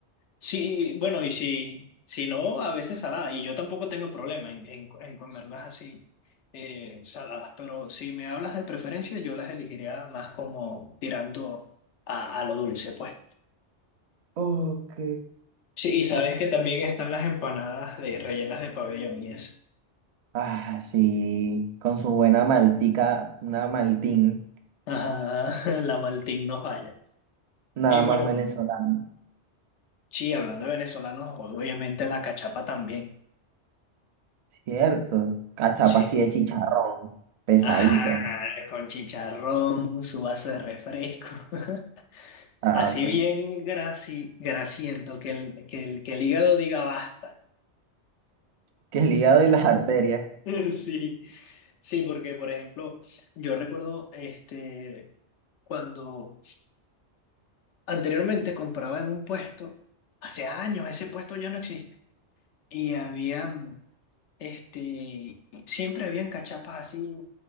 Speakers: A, on the left (about 85°); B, on the right (about 55°).
A: Sí, bueno, y si, si no, a veces salada. Y yo tampoco tengo problema en, en, en comerlas así, eh, saladas. Pero si me hablas de preferencia, yo las elegiría más como tirando a, a lo dulce, pues.
B: Ok.
A: Sí, y sabes que también están las empanadas de rellenas de pabellón y eso.
B: Ah, sí, con su buena maltica, una maltín,
A: Ajá, <laughs> la Maltín no falla.
B: nada
A: Y bueno,
B: más venezolano,
A: sí, hablando de venezolanos, obviamente la cachapa también.
B: cierto. Cachapa
A: Sí.
B: así de chicharrón, pesadita.
A: Ajá, con chicharrón, su vaso de refresco. <laughs>
B: Ah,
A: Así
B: pues,
A: bien graci, grasiento, que el, que el, que el hígado diga basta.
B: que el hígado y las arterias.
A: <laughs> Sí, sí, porque por ejemplo, yo recuerdo este, cuando anteriormente compraba en un puesto, hace años ese puesto ya no existe, y había Este, siempre habían cachapas así